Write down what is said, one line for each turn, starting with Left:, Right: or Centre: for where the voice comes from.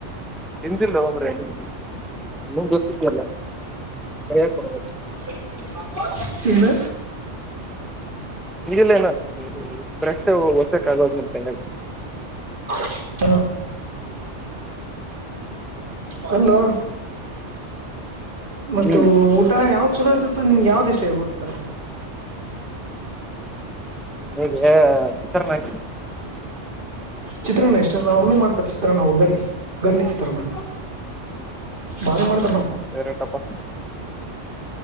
Centre: ಎಿಂಜಿಲ್ಲ ಮಾರಾಯ ನಿಂದ್ <unintelligible> ಮುಂದ ತೋರಸತಿ ಅಲ್ಲ ಕರಿಯಕ್ ಬರಬೇಕ.
Right: <unintelligible> ಏನ್
Centre: <unintelligible> ತೆಗೆಲೆನ್ <unintelligible> ಕರೆಕ್ಟ್ ಒತ್ತೋಕ ಆಗವಲ್ಲ್ದ ನಿನ್ನ ಕೈಯಾಗ್.
Right: <unintelligible> ಹು <unintelligible> ಅಲ್ಲೋ.
Centre: ಹ್ಮ್
Right: ಮತ್ತು ಊಟ ಯಾವ್ ಚಲೋ ಇರ್ತೋ ನಿಂಗ ಯಾವ್ದ ಇಷ್ಟೇ ಊಡ್ತಾರೆ.
Centre: ಹೇಗೆ <unintelligible>
Right: ಚಿತ್ರಾನ್ನ ಇಷ್ಟನಾ ಅವ್ರು ಮಾಡ್ತಾರೆ ಚಿತ್ರಾನ್ನ ಒಗ್ಗರ್ರಣಿ ಒಗ್ಗರ್ಣಿ ಚಿತ್ರಾನ್ನ. ಬಾರಿ ಮಾಡ್ತಾ
Centre: ನಮ್ಮ ಫೇವರೆಟ್ ಪಾ.